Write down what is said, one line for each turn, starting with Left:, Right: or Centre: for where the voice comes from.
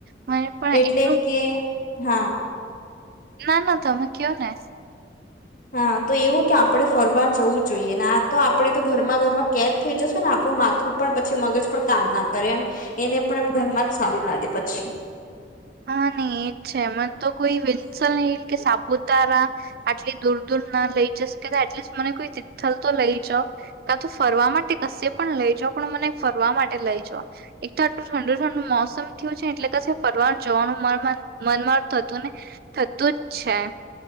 Right: મને પણ
Left: એટલે
Right: એટલું
Left: કે હા.
Right: ના ના તમે કયો ને.
Left: હા તો એવું કે આપડે ફરવા જવું જોઈએને તો આપડે તો ઘરમાં ઘરમાં કેદ થઈ જશ ને આપ માથું પણ પછી મગજ પણ કામ ના કરે એમ એને પણ એમ ઘરમાં જ સારું લાગે પછી.
Right: હા નહી એજ છે, મને તો કોઈ વિન્સલ ન કે સાપ <unintelligible> આટલી દૂર દૂર ના લઈ જશેકે એટલી મને કોઈ તીથલ તો લઈ જા કા તો ફરવા માટે કશે પણ લઈ જા પણ મને ફરવા માટે લઈ જા એક તો આટલું ઠંડુ ઠંડુ મોસમ. મોસમ થયું છે, એટલે <unintelligible> જોવાનું મનમર થતુંને થતું જ છે.